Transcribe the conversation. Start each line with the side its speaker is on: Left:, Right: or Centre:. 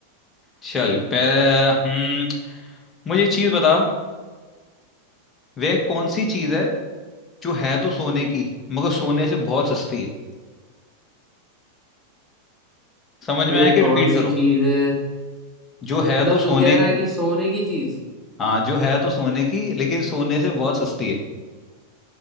Left: चल पे हम्म मुझे एक चीज बता वह कौन सी चीज है जो है तो सोने की मगर सोने से बहुत सस्ती है समझ
Centre: वे
Left: में आया कि
Centre: कौन
Left: रिपीट करो
Centre: सी चीज है
Left: जो है
Centre: मतलब
Left: तो सोने
Centre: तू कह रहा
Left: की
Centre: है कि सोने की चीज
Left: हाँ जो है तो सोने की लेकिन सोने से बहुत सस्ती है